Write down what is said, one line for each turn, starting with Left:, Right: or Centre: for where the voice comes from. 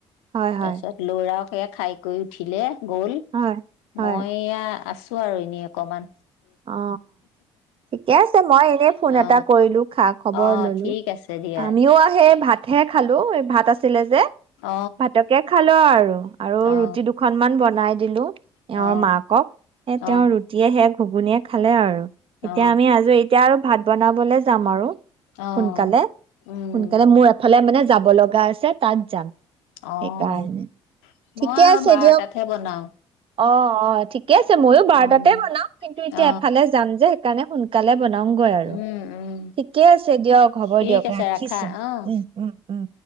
Right: হয়
Left: তাৰ
Right: হয়
Left: পিছত ল'ৰা এয়া খাই কৰি উঠিলে গ'ল
Right: হয় হয়
Left: মই এয়া আছো ো আৰু এনেই অকণমান
Right: অ ঠিকে আছে মই এনে ফোন
Left: অ
Right: এটা কৰিলো খা খবৰ
Left: অ
Right: ললো
Left: ঠিক আছে দিয়া
Right: আমিও আহি সেই ভাতহে খালো ভাত আছিলে যে
Left: অ
Right: ভাতকে খালো আৰু আৰু
Left: অ
Right: ৰুটি দুখনমানান বনাই দিলো এওঁৰ
Left: অ
Right: মাকক এ
Left: অ
Right: তেওৰ ৰুটিয়ে শেষ ঘুগুনীয়ে খালে আৰু এতিয়া
Left: অ
Right: আমি আজো এতিয়া আৰু ভাত বনাবলৈ যাম আৰু
Left: অ
Right: সোনকালে
Left: উম
Right: সোনকালে মোৰ এফালে মানে যাব লগা আছে, তাত যাম।
Left: অ',
Right: সেইকাৰণে ঠিকে
Left: মই আৰু
Right: আছে
Left: বাৰ
Right: দিয়ক
Left: তাতহে বনাও।
Right: অ অ ঠিক ঠিকে আছে ময়ো বাৰটাতে
Left: উম
Right: বনাম কিন্তু এতিয়া
Left: অ
Right: এফালে যাম যে সেইকাৰণে সোনকালে বন নমগৈ আৰু
Left: উম উম
Right: ঠিকে আছে দিয়ক হ'ব
Left: ঠিক
Right: দিয়ক
Left: আছে
Right: ৰাখিছো
Left: ৰাখা অ
Right: উম উম উম